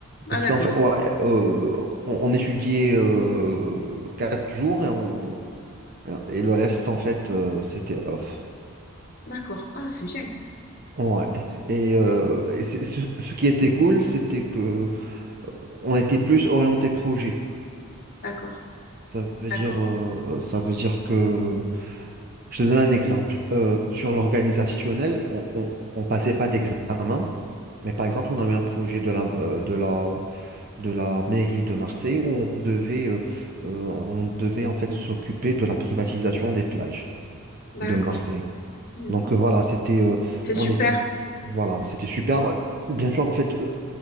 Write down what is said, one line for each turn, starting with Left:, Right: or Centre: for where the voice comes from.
Right: Parce
Left: Ah d'accord,
Right: qu'en fait, ouais, euh, on, on étudiait euh, quatre jours et, on, et le reste, en fait, euh, c'était off.
Left: d'accord. Ah c'est bien.
Right: Ouais. Et, euh, et c'est- ce, ce qui était cool, c'était que euh, on était plus orienté projet.
Left: D'accord,
Right: Ça veut
Left: d'accord,
Right: dire, euh, ça veut dire que, je te donne un exemple. Euh, sur l'organisationnel, on, on, on passait pas d'examen, mais par exemple, on avait un projet de la, euh, de la de la mairie de Marseille où on devait, euh, euh, on devait en fait s'occuper de la privatisation des plages
Left: d'accord.
Right: de Marseille.
Left: Mmh
Right: Donc euh, voilà, c'était euh,
Left: C'est super.
Right: on étudie, voilà, c'était super. Euh, Bien sûr, en fait, euh,